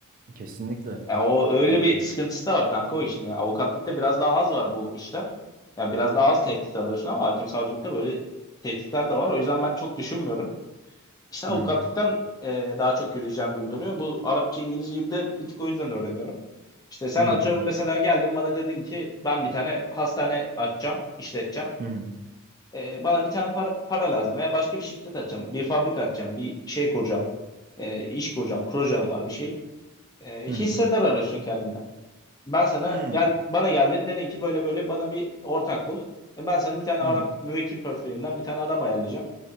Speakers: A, on the right; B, on the left.
A: Kesinlikle.
B: Ya o öyle
A: Yani
B: bir sıkıntısı da var kanka o işin ya. Avukatlıkta biraz daha az var bu işler. Ya biraz daha az tehdit alıyorsun ama hakim savcılıkta böyle tehditler de var. O yüzden ben çok düşünmüyorum. İşte avukatlıktan
A: hı hı
B: e, daha çok yürüyeceğim gibi duruyor. Bu Arapça İngilizceyi de bir tık o yüzden öğreniyorum. İşte sen
A: hı hı
B: atıyorum mesela geldin bana dedin ki ben bir tane hastane açacağım, işleteceğim.
A: hı hı
B: E, bana bir tane para, para lazım veya başka bir şirket açacağım, bir fabrika açacağım, bir şey kuracağım, e, iş kuracağım, projem var bir şey. E,
A: hı
B: hissedar arıyorsun kendine. Ben sana
A: hı hı.
B: gel bana geldin dedin ki böyle böyle bana bir ortak bul. E, ben sana bir tane
A: Hı.
B: Arap müvekkil portföyümden bir tane adam ayarlayacağım.